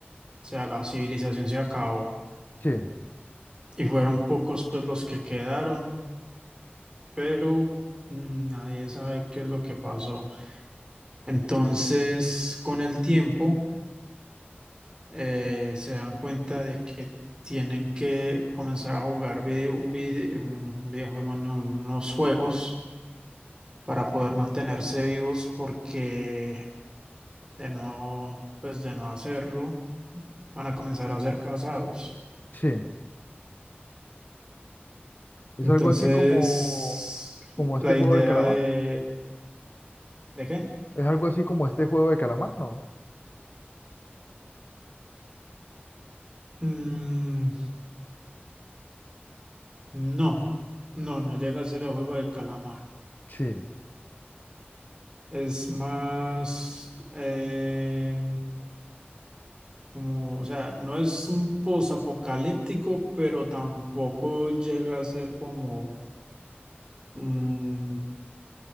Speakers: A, on the right; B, on the left.
A: sea, la civilización se acabó
B: Sí,
A: y fueron pocos pues los que quedaron, pero nadie sabe qué es lo que pasó. Entonces, con el tiempo, eh, se dan cuenta de que tienen que comenzar a jugar video, un, vide- un videojuego, no, unos juegos para poder mantenerse vivos porque de no, pues de no hacerlo, van a comenzar a ser casados.
B: sí. Es
A: Entonces,
B: algo así como, como
A: la
B: este juego
A: idea
B: del calamar.
A: de... ¿De qué?
B: Es algo así como este juego del calamar, ¿no?
A: Mm, no, no, no llega a ser el juego del calamar.
B: Sí.
A: Es más eh, como, o sea, no es un posapocalíptico, pero tampoco llega a ser como mm,